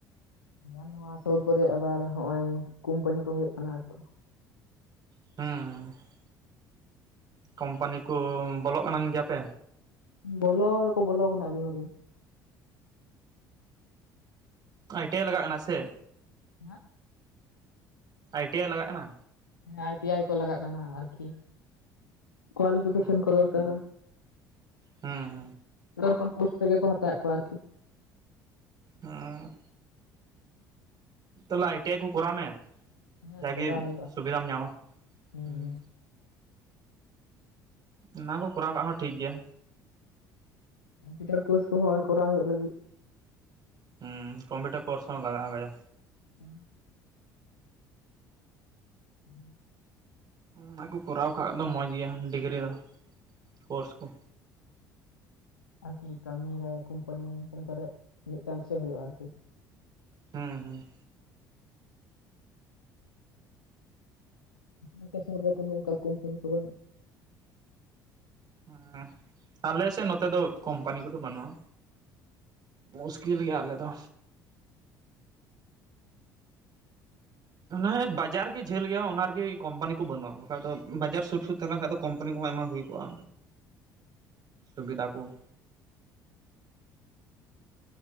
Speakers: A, on the left; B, on the right.
A: ᱟᱨ ᱱᱚᱣᱟ ᱥᱩᱨ ᱠᱚᱨᱮ ᱟᱵᱟᱨ ᱱᱚᱜᱼᱚᱭ ᱠᱚᱢᱯᱟᱱᱤ ᱠᱚ ᱦᱩᱭᱩᱜ ᱠᱟᱱᱟ ᱦᱤᱛᱚᱜ᱾
B: ᱦᱩᱸ ᱦᱩᱸ ᱠᱳᱢᱯᱟᱱᱤ ᱠᱚ ᱵᱚᱞᱚᱜ ᱠᱟᱱᱟ ᱜᱮᱭᱟᱯᱮ?
A: ᱵᱚᱞᱚ ᱵᱚᱞᱚ ᱟᱠᱟᱱᱟ ᱟᱹᱰᱤ ᱦᱚᱲ ᱜᱮ᱾
B: ᱟᱭᱹᱴᱤᱹᱟᱭᱹ ᱞᱟᱜᱟᱜ ᱠᱟᱱᱟ ᱥᱮᱜ?
A: ᱦᱮᱸ
B: ᱟᱭ ᱴᱤ ᱟᱭ ᱞᱟᱜᱟᱜ ᱠᱟᱱᱟ
A: ᱦᱮᱸ ᱟᱭ ᱴᱤ ᱟᱭ ᱠᱚ ᱞᱟᱜᱟᱜ ᱠᱟᱱᱟ ᱟᱨᱠᱤ᱾ ᱠᱚᱣᱟᱞᱤ ᱯᱷᱤᱠᱮᱥᱚᱱ
B: ᱚ
A: ᱠᱚ ᱫᱚᱨᱠᱟᱨᱟ᱾
B: ᱦᱩᱸ
A: ᱨᱚᱠᱚᱢ ᱯᱳᱥᱴ ᱛᱮᱜᱮ ᱠᱚ ᱦᱟᱛᱟᱣᱮᱜ ᱠᱚᱣᱟ ᱟᱨᱠᱤ᱾
B: ᱚᱸ ᱛᱟᱦᱞᱮ ᱟᱭ ᱴᱤ ᱟᱭ ᱠᱚ ᱠᱚᱨᱟᱣ ᱢᱮ
A: ᱦᱮᱸ
B: ᱡᱟᱜᱮ
A: ᱠᱚᱨᱟᱣ ᱦᱩᱭᱩᱜᱼᱟ
B: ᱥᱩᱵᱤᱫᱦᱟᱢ ᱧᱟᱢᱟ
A: ᱦᱩᱸ
B: ᱦᱮᱸ᱾
A: ᱦᱩᱸ
B: ᱚᱱᱟ ᱠᱚ ᱠᱚᱨᱟᱣ ᱠᱟᱜ ᱦᱚᱸ ᱴᱷᱤᱠ ᱜᱮᱭᱟ᱾
A: ᱠᱚᱢᱯᱭᱩᱴᱟᱨ ᱠᱳᱨᱥ ᱠᱚᱦᱚᱸ ᱠᱚᱨᱟᱣ ᱦᱩᱭᱩᱜ ᱞᱟᱹᱜᱤᱫ᱾
B: ᱦᱚᱸ ᱠᱚᱢᱯᱭᱩᱴᱟᱨ ᱠᱳᱨᱥ ᱦᱚᱸ ᱞᱟᱜᱟᱜᱼᱟ ᱠᱟᱡᱟ
A: ᱦᱩᱸ <unintelligible> ᱦᱮᱸ <unintelligible>
B: ᱚᱱᱟ ᱠᱚ ᱠᱚᱨᱟᱣ ᱠᱟᱜ ᱫᱚ ᱢᱚᱸᱡᱽ ᱜᱮᱭᱟ ᱰᱤᱜᱽᱨᱤ ᱫᱚ ᱠᱳᱨᱥ ᱠᱚ
A: ᱟᱨᱠᱤ ᱠᱟᱹᱢᱤ ᱨᱮ ᱠᱳᱢᱯᱟᱹᱱᱤ ᱠᱚ ᱢᱤᱫᱴᱟᱝ ᱥᱮ ᱦᱳᱭᱼᱟ ᱟᱨᱠᱤ
B: ᱦᱮᱸ ᱦᱩᱸ
A: ᱟᱯᱮᱥᱩᱨ ᱨᱮᱫᱚ ᱱᱚᱝᱠᱟᱱ ᱠᱚᱢᱯᱟᱹᱱᱤ ᱠᱚ ᱵᱟᱹᱱᱩᱜ ᱟ
B: ᱦᱮᱸ ᱟᱞᱮ ᱥᱮᱫ ᱱᱚᱛᱮ ᱫᱚ ᱠᱚᱢᱯᱟᱹᱱᱤ ᱠᱚᱫᱚ ᱵᱟᱹᱱᱩᱜᱼᱟ ᱢᱩᱥᱠᱤᱞ ᱜᱮᱭᱟ ᱟᱞᱮ ᱫᱚ ᱦᱟᱱᱮ ᱵᱟᱡᱟᱨ ᱜᱮ ᱡᱷᱟᱹᱞ ᱜᱮᱭᱟ ᱚᱱᱟ ᱨᱮᱜᱮ ᱠᱚᱢᱯᱟᱹᱱᱤ ᱠᱚ ᱵᱟᱹᱱᱩᱜᱼᱟ ᱵᱟᱠᱷᱟᱡ ᱫᱚ ᱵᱟᱡᱟᱨ ᱥᱩᱨ ᱥᱩᱫ ᱛᱟᱦᱮᱸ ᱞᱮᱠᱷᱟᱡ ᱫᱚ ᱠᱚᱢᱯᱟᱹᱱᱤ ᱠᱚᱦᱚᱸ ᱟᱭᱢᱟ ᱦᱩᱭ ᱠᱚᱜᱼᱟ
A: <unintelligible>
B: ᱥᱩᱵᱤᱫᱟ ᱠᱚ